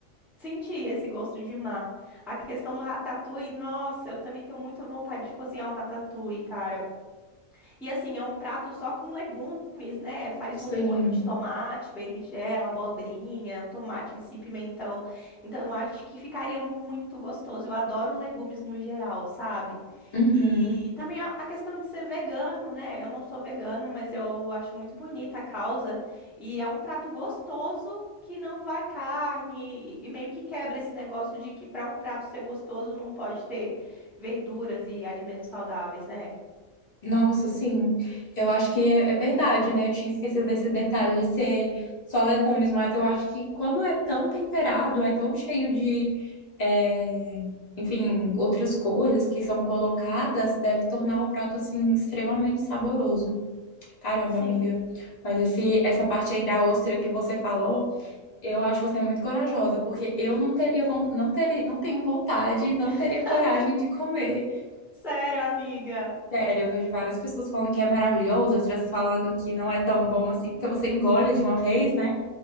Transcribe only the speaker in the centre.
Senti esse gosto de mar. A questão do ratatouille, nossa, eu também tenho muita vontade de cozinhar um ratatouille, cara. E assim, é um prato só com legumes, né? Faz
um molho de tomate, berinjela, abobrinha, o tomate em si, pimentão. Então, eu acho que ficaria muito gostoso. Eu adoro legumes no geral, sabe?
E também a a questão de ser vegano, né? Eu não sou vegano, mas eu acho muito bonita a causa. E é um prato gostoso que não vai carne e e meio que quebra esse negócio de que para um prato ser gostoso não pode ter verduras e alimentos saudáveis, né?
Sim.
<laughs>
Sério, amiga.